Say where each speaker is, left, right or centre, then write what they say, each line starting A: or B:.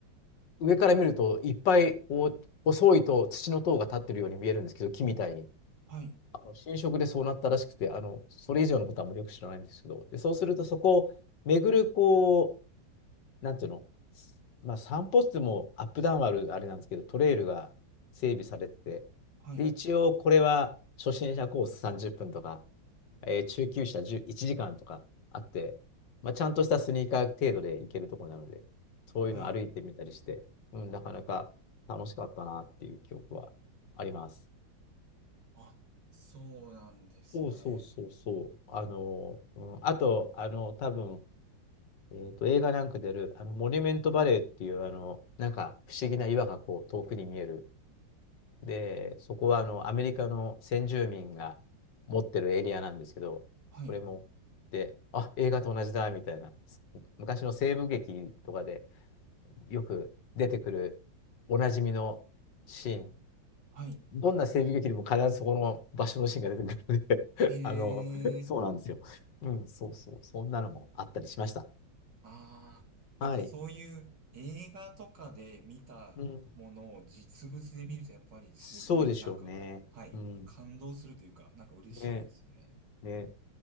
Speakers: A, on the left; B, on the right.
A: 上から見るといっぱいこう細いと土の塔が立ってるように見えるんですけど、木みたいに。
B: はい。
A: あの浸食でそうなったらしくて、あの、それ以上のことはあんまりよく知らないんですけど、で、そうするとそこを巡るこう、なんていうの、まあ、散歩ってもアップダウンあるあれなんですけど、トレイルが整備されてて、
B: はい。
A: で、一応これは初心者コース30分とか、えー中級者10 1時間とかあって、まあ、ちゃんとしたスニーカー程度で行けるところなので、そういうの歩いてみたりして、
B: はい。
A: うん、なかなか楽しかったなっていう記憶はあります。
B: あ、そうなんですね。
A: そうそうそうそう。あの、うん、あと、あの、多分、えーと、映画なんかである、あの、モニュメントバレーっていう、あの、なんか不思議な岩がこう遠くに見えるで、そこはあのアメリカの先住民が持ってるエリアなんですけど、
B: はい。
A: それも、で、あ、映画と同じだみたいな、昔の西部劇とかでよく出てくるおなじみのシーン、
B: はい。
A: どんな西部劇でも必ずそこの場所のシーンが出てくるので
B: へ
A: <laughs> あの、
B: え。
A: そうなんですよ。うん、そうそう、そんなのもあったりしました。
B: ああ、なんかそういう映画とかで見たものを実物で見るとやっぱりすごい、
A: はい。うん、そうでしょうね。
B: なんか、はい、
A: うん。
B: 感動するというか、なんか嬉しいですよね。
A: ね、ね、